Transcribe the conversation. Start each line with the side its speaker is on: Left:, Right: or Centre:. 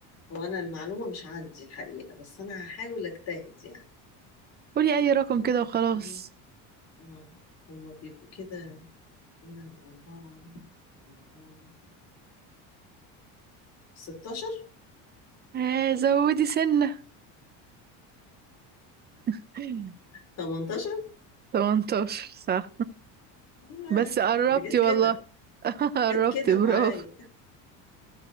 Left: هو انا المعلومه مش عندي الحقيقه بس انا هحاول اجتهد يعني
Right: قولي اي رقم
Left: بيبقى
Right: كده وخلاص
Left: فيه اه هما بيبقوا كده لا أربعة أربعة 16
Right: آه زودي سنة <laughs>
Left: 18
Right: 18 صح
Left: آه،
Right: بس قربتي
Left: دي جت كده
Right: والله <laughs> قربتي
Left: جت كده
Right: برافو
Left: معايا